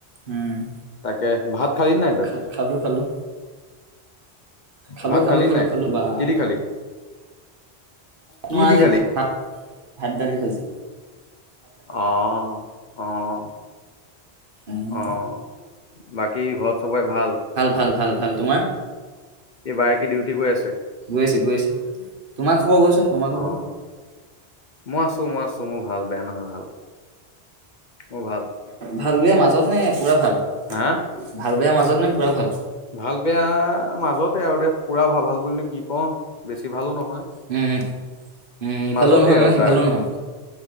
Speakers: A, on the right (about 55°); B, on the left (about 50°).
A: উম,
B: তাকে ভাত খালি নাই তই?
A: খা খালোঁ খালোঁ। খালোঁ
B: ভাত
A: খালোঁ
B: খালি
A: খালোঁ
B: নাই,
A: খালোঁ বা
B: কিদি খালি? কি
A: মই
B: দি
A: আজি
B: খালি
A: ভাত ভাত দালি ভাজি।
B: অ', অ',
A: উম,
B: অ', বাকী ঘৰত চবৰে ভাল?
A: ভাল ভাল ভাল তোমাৰ?
B: এই বায়েকী ডিউটি গৈ আছে?
A: গৈ আছে, গৈ আছে তোমাৰ খবৰ কোৱাচোন তোমাৰ খবৰ?
B: অ', মই আছো, মই আছো মোৰ ভাল বেয়া নহয় ভাল। মোৰ ভাল।
A: ভাল বিয়া মাজত নে পুৰা ভাল?
B: হা?
A: ভাল বেয়া মাজত নে পুৰা ভাল?
B: ভাল বেয়া মাজতে আৰু দে পুৰা ভাল - ভাল বুলিনো কি ক'ম বেছি ভালো নহয়।
A: উম, উম, ইফালো
B: মাজতে
A: নহয় মানে
B: আৰু
A: সিফালো
B: তাৰ
A: নহয়।